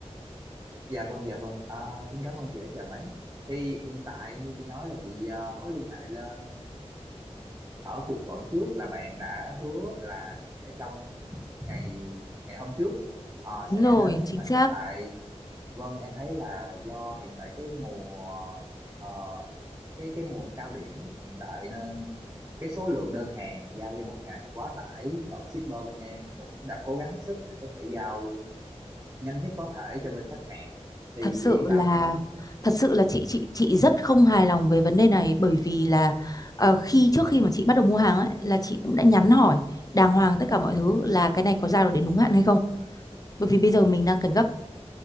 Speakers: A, on the right; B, on the left.
A: dạ vâng dạ vâng Ờ, xin cảm ơn chị đã chờ máy thì hiện tại như chị nói là chị ờ, có liên hệ lên ở cuộc gọi trước là bạn đã hứa là sẽ trong ngày ngày hôm trước ờ,
B: Đúng
A: sẽ
B: rồi,
A: đến
B: chính
A: nhưng mà
B: xác.
A: hiện tại Vâng, em thấy là do hiện tại cái mùa ờ, cái cái mùa cao điểm hiện tại nên cái số lượng đơn hàng giao cho một ngày bị quá tải. Đội shipper bên em cũng đã cố gắng hết sức để có thể giao nhanh nhất có thể cho bên khách hàng. Thì
B: thật sự
A: chị yên tâm
B: là
A: em,
B: thật sự là chị chị chị rất không hài lòng về vấn đề này bởi vì là ờ, khi trước khi mà chị bắt đầu mua hàng ấy, là chị cũng đã nhắn hỏi đàng hoàng tất cả mọi thứ là cái này có giao được đến đúng hạn hay không bởi vì bây giờ mình đang cần gấp